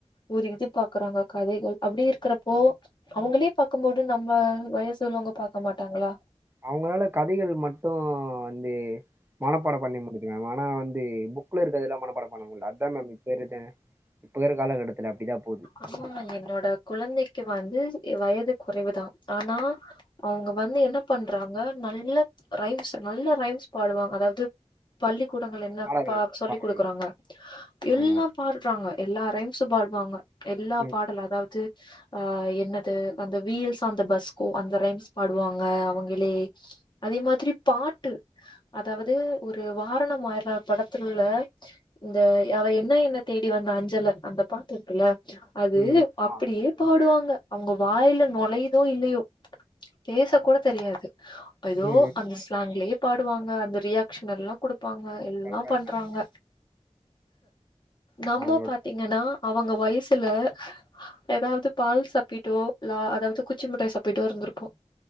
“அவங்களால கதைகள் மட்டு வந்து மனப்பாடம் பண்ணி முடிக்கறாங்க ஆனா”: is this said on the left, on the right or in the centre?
Right